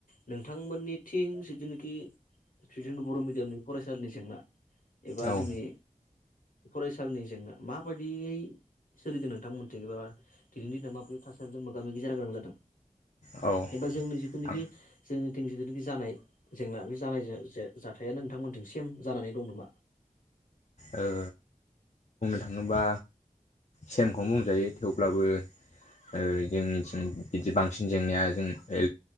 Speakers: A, on the left; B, on the left.
A: नोंथांमोननि थिं जनाखि जों बर' मिडियामनि फरायसालिनि जेंना एबा
B: औ
A: जोंनि फरायसालिनि जेंना माबायदियै सोलिदों नोंथांमोनथिं एबा दिनैनि दिनाव माबोरै थासारिजों मोगा मोगि जानो गोनां जादों
B: औ
A: एबा जोंनि जिथुनिखि
B: आं
A: जोंनिथिं जिथुनाखि जानाय जेंना बे जानाय जा-जा-जाथायानो नोंथांमोनथिं सेम जानानै दं नामा?
B: ओ। खुनुबा सेमखौ बुंजायो थेवब्लाबो ओ जोंनिथिं बिदि बांसिन जेंनाया जों ओ